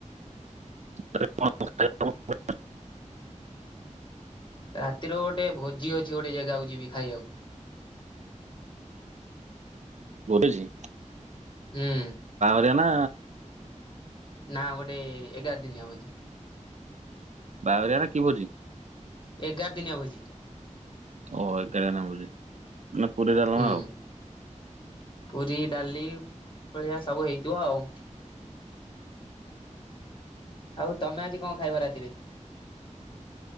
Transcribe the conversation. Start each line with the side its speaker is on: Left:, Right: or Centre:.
Right: ରାତିରେ କଣ ଖାଇବାକୁ କଣ <inaudible>
Left: ରାତିର ଗୋଟେ ଭୋଜି ଅଛି ଗୋଟେ ଜାଗାକୁ ଯିବି ଖାଇବାକୁ।
Right: କଉଠି ଅଛି?
Left: ହୁଁ।
Right: ରେ ନା।
Left: ନା ଗୋଟେ ଏଗାର ଦିନିଆ ଭୋଜି।
Right: ବାହାଘରିଆ ନା କି ଭୋଜି?
Left: ଏଗାର ଦିନିଆ ଭୋଜି।
Right: ଓ ଏଗାର ଦିନିଆ ଭୋଜି ମାନେ ପୁରୀ ଡାଲମା
Left: ହୁଁ
Right: ଆଉ।
Left: ପୁରୀ ଡାଲି ଭଳିଆ ସବୁ ହେଇଥିବ ଆଉ। ଆଉ ତମେ ଆଜି କଣ ଖାଇବ ରାତିରେ?